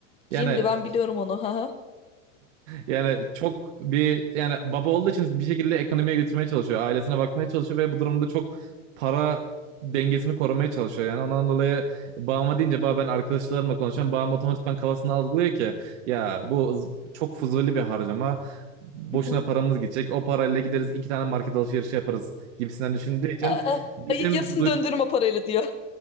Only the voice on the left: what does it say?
Cimri
ben biliyorum onu. Hı hı.
<laughs>
Aa,
Ayın yarısını döndürüm o parayla diyor.